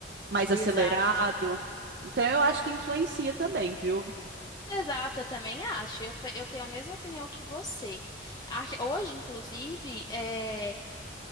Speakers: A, on the right (about 55°); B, on the left (about 20°).
A: Mais
B: exato.
A: acelerado. Então eu acho que influencia também, viu?
B: Exato, eu também acho. Eu, pe- eu tenho a mesma opinião que você. Ar- Hoje, inclusive, eh,